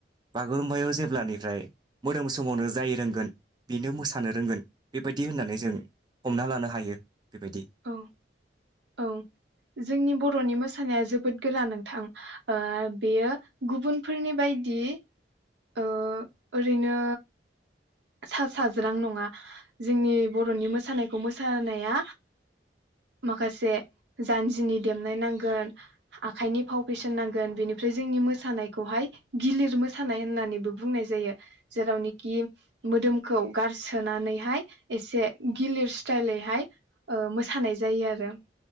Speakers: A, on the right; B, on the right.
A: बागुरुम्बायाव जेब्लानिफ्राय मोदोम सोमावनो जायो रोंगोन बिनो मोसानो रोंगोन, बेबायदि होननानै जों हमना लानो हायो। बेबायदि
B: औ औ जोंनि बर'नि मोस थानाया जोबोद गोरा नोंथां ओ बेयो गुबुनफोरनि बायदि ओ ओरैनो सा साज्रां नङा जोंनि बर'नि मोसानायखौ मोसानाया, माखासे जानजिनि देमनाय नांगोन आखाइनि फाव-फेसन नांगोन बेनिफ्राय जोंनि मोसानायखौहाय गिलिर मोसानाय होननानैबो बुंनाय जायो, जेरावनोखि मोदोमखौ गारसोनानैहाय एसे गिलिर स्टाइलैहाय मोसानाय जायो आरो।